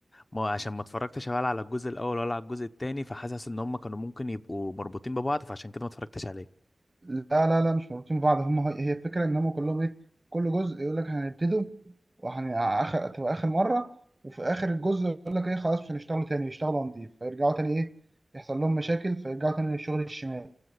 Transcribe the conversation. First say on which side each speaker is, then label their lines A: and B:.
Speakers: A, on the left (about 45°); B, on the right (about 25°).
A: ما عشان ما اتفرجتش ولا على الجزء الاول ولا على الجزء التاني فحاسس ان هم كانوا ممكن يبقوا مربوطين ببعض فعشان كده ما اتفرجتش عليه
B: لا لا لا مش مربوطين ببعض هم هي الفكره ان هم كلهم ايه كل جزء يقول لك هنبتدوا وهن اخر تبقى اخر مره وفي اخر الجزء يقول لك ايه خلاص مش هنشتغلوا تاني يشتغلوا نضيف فيرجعوا تاني ايه يحصل لهم مشاكل فيرجعوا تاني للشغل الشمال